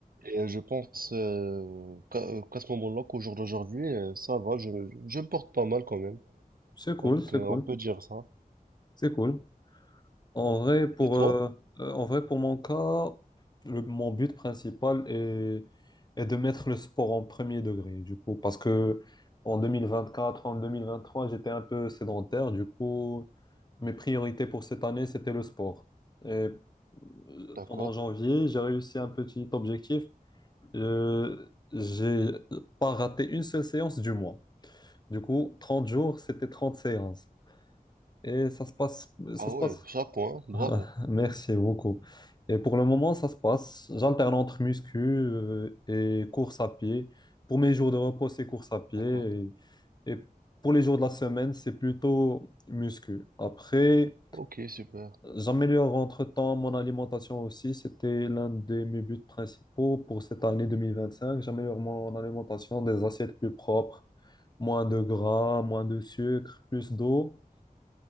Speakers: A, on the right; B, on the left.
A: Et euh, je pense euh, qu'à euh, qu'à ce moment-là, qu'au jour d'aujourd'hui, euh, ça va, je, me- je me porte pas mal quand même.
B: C'est cool,
A: Donc
B: c'est
A: euh,
B: cool,
A: on peut dire ça.
B: c'est cool. En vrai, pour,
A: Et toi?
B: euh, euh, en vrai, pour mon cas, le- mon but principal est, est de mettre le sport en premier degré, du coup, parce que en 2024, en 2023, j'étais un peu sédentaire, du coup, mes priorités pour cette année, c'était le sport. Et euh,
A: D'accord.
B: pendant janvier, j'ai réussi un petit objectif. Euh, j'ai pas raté une seule séance du mois. Du coup, 30 jours, c'était 30 séances. Et ça se passe, ça
A: Ah
B: se
A: ouais,
B: passe
A: chapeau, hein, bravo.
B: <laughs> Ah, Merci beaucoup. Et pour le moment, ça se passe. J'alterne entre muscu euh, et course à pied. Pour mes jours de repos, c'est course à pied.
A: D'accord.
B: Et, et pour les jours de la semaine, c'est plutôt muscu. Après,
A: Ok, super,
B: j'améliore entre-temps mon alimentation aussi. C'était l'un de mes buts principaux pour cette année 2025. J'améliore mon alimentation, des assiettes plus propres, moins de gras, moins de sucre, plus d'eau.